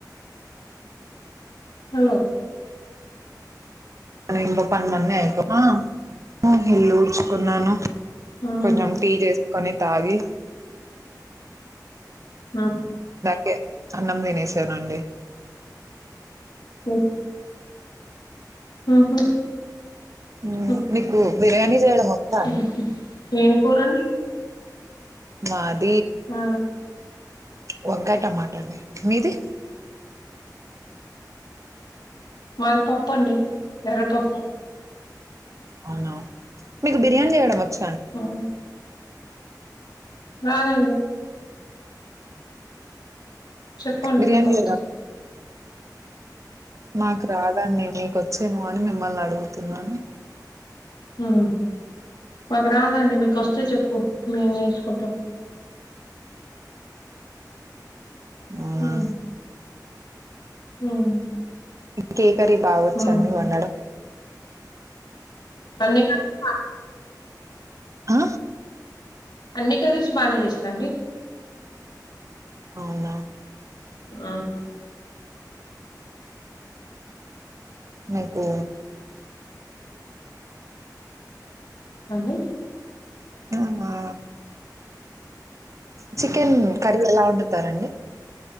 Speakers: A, on the left; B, on the right.
A: హలో
B: మన ఇంట్లో పనులన్నీ అయిపోవు ఇల్లు ఊడ్చుకున్నాను
A: హ్మ్
B: కొంచెం టీ చేసుకొని తాగి
A: ఆ
B: కే అన్నం తినేశానండి
A: ఓ ఆహా
B: ఉమ్
A: ఓకే
B: మీకు బిర్యానీ చేయడం వచ్చా
A: మ్మ్ హ్మ్ ఏం కూరండి
B: మా ద్
A: ఆ
B: వంకాయ్ టమాటా అండి మీది
A: మాది పప్పు అండి ఎర్రపప్పు
B: అవునా మీకు బిర్యానీ చేయడం వచ్చ
A: హా రాదండి చెప్పండి
B: బిర్యానీ
A: మీకు వచ్చా
B: చేయడం నాకు రాదండి నీకొచ్చేమో అని మిమ్మల్ని అడుగుతున్నాను
A: అహా మాకు రాదండి మీకు వస్తే చెప్పు మేం నేర్చుకుంటాం
B: అవునా
A: ఉమ్ ఉమ్
B: కే కర్రీ బావొచ్చు
A: ఉమ్
B: అండి వండడం
A: అన్నీ <unintelligible>
B: ఆ
A: అన్ని కర్రీస్ బానే చేస్తాండి
B: అవునా
A: ఆ
B: నీకు
A: అని
B: ఆమా చికెన్ కర్రీ ఎలా వండుతారండి